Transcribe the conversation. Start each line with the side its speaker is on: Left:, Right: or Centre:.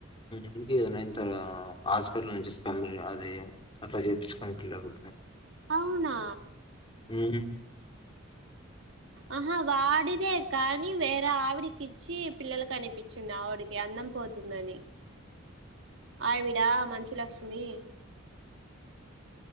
Left: అందుకే నే హాస్పిటల్ నుంచి స్పెమ్ అది అట్లా చేపిచ్చుకుని పిల్లలు
Right: అవునా
Left: అ
Right: ఆహా వాడిదే కానీ వేరే ఆవిడికి ఇచ్చి పిల్లలకి క నిపిచింది ఆవిడికి అందం పోతుందని ఆవిడా మంచు లక్ష్మి